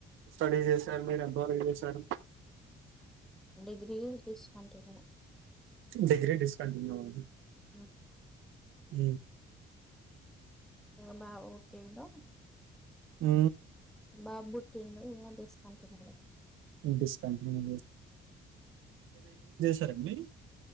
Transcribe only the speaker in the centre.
డిగ్రీ తీసుకుంటుము
అ
బా ఓకేంటో
బాబు బుట్టిండు ఇ డిస్కాంటిన్యు